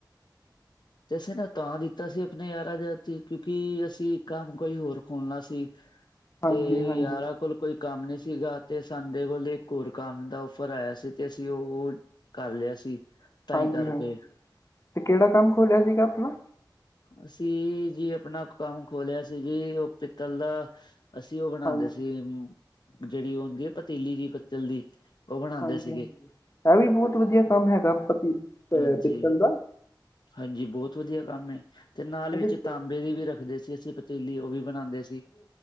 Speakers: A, on the left; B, on the left.
A: ਤੇ, ਅਸੀਂ ਨੇ ਤਾਂ ਦਿੱਤਾ ਸੀ ਆਪਣੇ ਯਾਰਾਂ ਦੇ ਹਥੀ ਕਿਉਂਕਿ ਅਸੀਂ ਕੰਮ ਕੋਈ ਹੋਰ ਖੋਲਣਾ ਸੀ।
B: <unintelligible>
A: ਤੇ
B: ਹਾਂਜੀ
A: ਯਾਰਾਂ ਕੋਲ ਕੋਈ ਕੰਮ ਨਹੀਂ ਸੀਗਾ, ਤੇ ਸਾਡੇ ਕੋਲ ਇੱਕ ਹੋਰ ਕੰਮ ਦਾ ਔਫਰ ਆਇਆ ਸੀ ਤੇ ਅਸੀਂ ਉਹ ਕਰ ਲਿਆ ਸੀ ਤਾਂ
B: ਹਾਂਜੀ
A: ਹੀ ਕਰਕੇ
B: ਹਾਂਜੀ ਤੇ ਕਿਹੜਾ ਕੰਮ ਖੋਲ੍ਹਿਆ ਸੀਗਾ ਆਪਣਾ
A: ਅਸੀਂ, ਜੀ ਆਪਣਾ ਕੰਮ ਖੋਲਿਆ ਸੀ ਜੀ ਉਹ ਪਿੱਤਲ ਦਾ ਅਸੀਂ ਉਹ ਬਣਾਂਦੇ
B: ਹਾਂਜੀ
A: ਸੀ ਜਿਹੜੀ ਉਹ ਹੁੰਦੀ ਹੈ ਪਤੀਲੀ ਜਿਹੀ ਪਿਤਲ ਦੀ ਉਹ ਬਣਾਉਂਦੇ
B: ਹਾਂਜੀ
A: ਸੀਗੇ
B: -ਹਾਂਜੀ ਇਹ ਵੀ ਬੋਤ ਵਧੀਆ ਕੰਮ ਹੈਗਾ ਪਤੀ ਅ
A: ਹਾਂਜੀ
B: ਪਿੱਤਲ ਦਾ
A: ਹਾਂਜੀ, ਬੋਤ ਵਧੀਆ ਕੰਮ ਹੈ। ਤੇ ਨਾਲ
B: ਇਹਦੇ
A: ਵਿੱਚ
B: ਚ
A: ਤਾਂਬੇ ਦੀ ਵੀ ਰੱਖਦੇ ਸੀ ਅਸੀਂ ਪਤੀਲੀ ਉਹ ਵੀ ਬਣਾਦੇ ਸੀ।